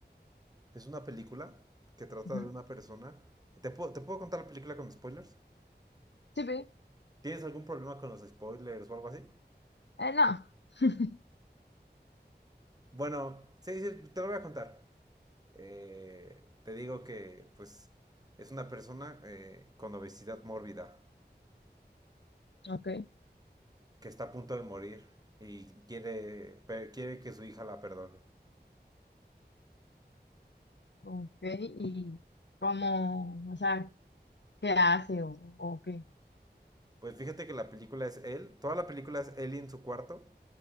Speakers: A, on the right; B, on the left.
A: es una película que trata
B: ujú.
A: de una persona. ¿Te puedo, te puedo contar la película con spoilers?
B: Sí, pero,
A: ¿Tienes algún problema con los spoilers o algo así?
B: eh, no. <laughs>
A: Bueno, sí, sí, te lo voy a contar. Eh, te digo que, pues, es una persona eh, con obesidad mórbida
B: Ok.
A: que está a punto de morir y quiere, pe- quiere que su hija la perdone.
B: Ok, ¿y cómo, o sea, qué hace o, o qué?
A: Pues fíjate que la película es él, toda la película es él en su cuarto